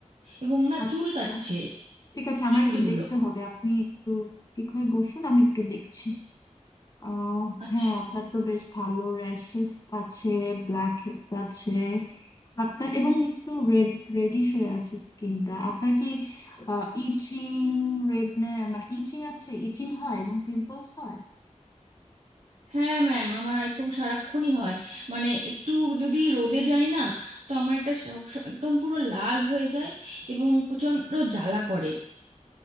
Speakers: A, on the right (about 60°); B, on the left (about 30°).
A: এবং না
B: আচ্ছা
A: চুল কাচ্ছে
B: ঠিক আছে আমার
A: সুড়িগুলো
B: একটু দেখতে হবে আপনি একটু ঠিক হয়ে বসুন আমি একটু দেখছি আহ
A: আচ্ছা
B: হ্যাঁ আপনার তো বেশ ভালো র্যাশেস আছে ব্ল্যাক হেডস আছে আপনার এবং একটু রেড রেডিশ হয়ে আছে স্কিনটা আপনার কি ইচিং রেড মানে ইচিং আছে ইচিং হয় এবং পিম্পলস হয়
A: হ্যাঁ ম্যাম আমার একদম সারাক্ষণই হয় মানে একটু যদি রোদে যায় না তো আমার এটা সব একদম পুরো লাল হয়ে যায় এবং প্রচণ্ড জ্বালা করে